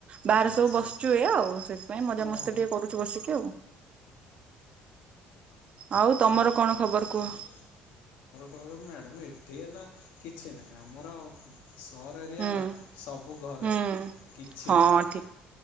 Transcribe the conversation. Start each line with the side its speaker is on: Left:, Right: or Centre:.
Right: ବାହାରେ
Left: ଆଚ୍ଛା
Right: ସବୁ ବସିଚୁ
Left: ଆଚ୍ଛା
Right: ଏଇଆ ଆଉ ସେଥିପାଇଁ ମଜା
Left: ଓହୋ
Right: ମସ୍ତି ଟିକେ କରୁଚୁ ବସିକି ଆଉ।
Left: ହିଁ
Right: ତମର
Left: <unintelligible>
Right: କଣ ଖବର କୁହ
Left: କଣ ମ୍ୟାଡ଼ମ୍ ଏଠିଲା କିଛି ନାହିଁ ଆମର ସହର ଏରିଆ
Right: ହୁଁ
Left: ନା ସବୁ ଘରେ
Right: ହୁଁ
Left: କିଛି
Right: ହଁ
Left: ନାହିଁ।
Right: ଠିକ